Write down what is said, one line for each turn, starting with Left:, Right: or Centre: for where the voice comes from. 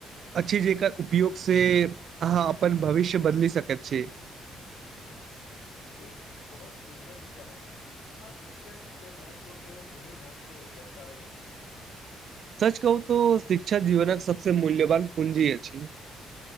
Right: अच्छे जेकर उपयोग से अहाँ अपन भविष्य बदलि सकैत छी
Left: ई बहुत सुन्दर विचार अछि आ शिक्षा के महत्व तो के सही ढंग से दर्शाबैत अछि
Right: सच कहू तऽ शिक्षा जीवनक सबसे मूल्यवान पूंजी अछि